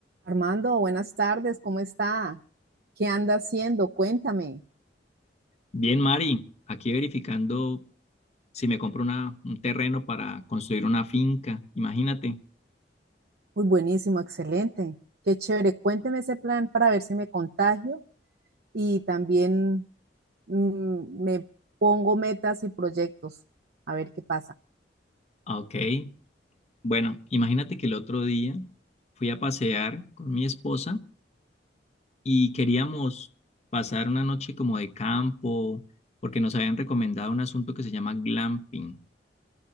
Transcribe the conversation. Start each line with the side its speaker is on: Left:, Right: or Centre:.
Right: Armando, buenas tardes, ¿cómo está? ¿Qué anda haciendo? Cuéntame.
Left: Bien, Mari, aquí verificando si me compro una, un terreno para construir una finca, imagínate.
Right: Muy buenísimo, excelente. Qué chévere. Cuénteme ese plan para ver si me contagio y también mm, me pongo metas y proyectos. A ver qué pasa.
Left: Ah, Ok, bueno, imagínate que el otro día fui a pasear con mi esposa y queríamos pasar una noche como de campo, porque nos habían recomendado un asunto que se llama glamping.